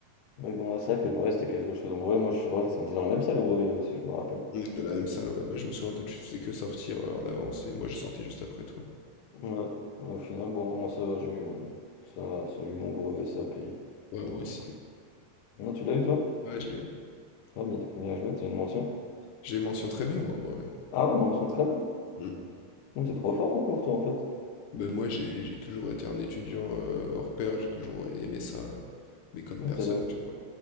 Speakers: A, on the left; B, on the left.
A: Mais bon, ouais, c'est vrai que le brevet c'était quelque chose. Au brevet, moi, je, ouais, on était dans la même salle au brevet aussi, je me rappelle.
B: On était à la même salle, ouais. Bah, je me souviens, toi, tu faisais que sortir euh, en avance, et moi, je sortais juste après toi.
A: Ouais, ouais, au final, bon, moi ça va, j'ai eu, euh, ça, ça, j'ai eu mon brevet, ça a payé.
B: Ouais, moi
A: Donc
B: aussi.
A: Non, tu l'as eu toi?
B: Ouais, je l'ai.
A: Non, mais bien joué, t'as une mention.
B: J'ai mention très bien, moi, au brevet.
A: Ah ouais, mention très bien.
B: Mm.
A: Non, t'es trop fort en cours, toi, en fait.
B: ben moi, j'ai j'ai toujours été un étudiant, heu, hors pair, j'ai toujours aimé ça, euh, mais comme
A: Ah,
B: personne,
A: t'es-
B: tu vois?